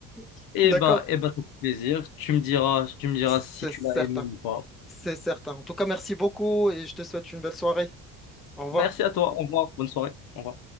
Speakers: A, in the centre; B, on the left.
A: <laughs>
B: Eh
A: D'accord?
B: ben, eh ben, c'est un plaisir. Tu me diras, tu me diras
A: C'est
B: si tu
A: certain.
B: l'as aimé ou pas.
A: C'est certain. En tout cas, merci beaucoup et je te souhaite une belle soirée. Au revoir.
B: Merci à toi. Au revoir. Bonne soirée. Au revoir.